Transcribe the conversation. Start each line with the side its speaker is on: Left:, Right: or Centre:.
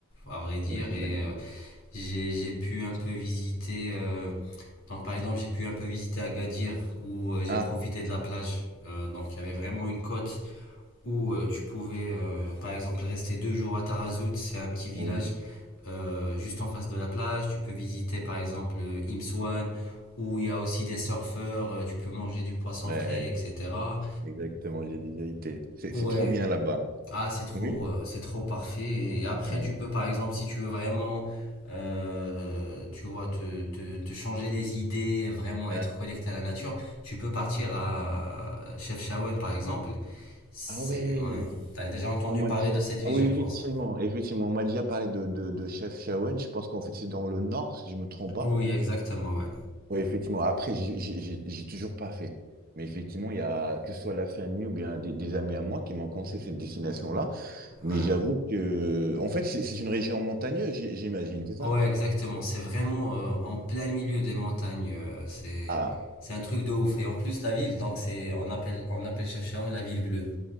Left: à vrai dire.
Right: Oui, j'imagine.
Left: Et euh, j'ai, j'ai pu un peu visiter. euh, donc, par exemple, j'ai pu un peu visiter Agadir, où euh, j'ai
Right: Ah,
Left: profité de la plage. Euh, donc, il y avait vraiment une côte où euh, tu pouvais, euh, par exemple, rester deux jours à Tarazout. C'est un petit village
Right: oui.
Left: euh, juste en face de la plage. Tu peux visiter par exemple le Imswan où il y a aussi des surfeurs, euh, tu peux manger du poisson
Right: Ouais,
Left: frais, etc.
Right: exactement, j'ai déjà été. C'est
Left: Ouais,
Right: c'est trop bien là-bas.
Left: ah c'est trop,
Right: Oui?
Left: euh, c'est trop parfait. Et après
Right: Ouais.
Left: tu peux par exemple si tu veux vraiment, euh, tu vois, te, te, te changer les idées, vraiment
Right: Hein.
Left: être connecté à la nature, tu peux partir à Chefchaouen par exemple. C'est,
Right: Ah ouais.
Left: ouais, t'as déjà entendu
Right: On m'a
Left: parler
Right: déjà...
Left: de cette ville
Right: Ah oui,
Left: je
Right: effectivement,
Left: pense.
Right: effectivement, on m'a déjà parlé de, de, de Chef Shawen. Je pense qu'en fait, c'est dans le nord, si je me trompe pas.
Left: Oui exactement, ouais.
Right: Oui, effectivement. Après, j'ai j'ai- j'ai- j'ai toujours pas fait. Mais effectivement, il y a, que ce soit la famille ou bien des, des amis à moi qui m'ont conseillé cette destination-là. Mais
Left: Ouais.
Right: j'avoue que, en fait, c'est c'est une région montagneuse, j'ai- j'imagine, c'est ça?
Left: Ouais, exactement. C'est vraiment euh, en plein milieu des montagnes. euh, c'est
Right: Ah,
Left: c'est un truc de ouf. Et en plus la ville, donc c'est on appelle on appelle Chefchaouen la ville bleue.